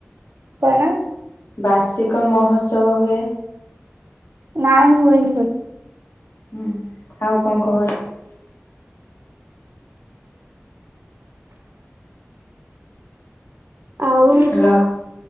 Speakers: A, on the right; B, on the left.
A: କଣ?
B: ବାର୍ଷିକ ମହୋତ୍ସବ ହୁଏ।
A: ନାଇଁ ହୁଏନି <unintelligible>
B: ହୁଁ ଆଉ କଣ କହ?
A: ଆଉ
B: ହ୍ୟାଲୋ।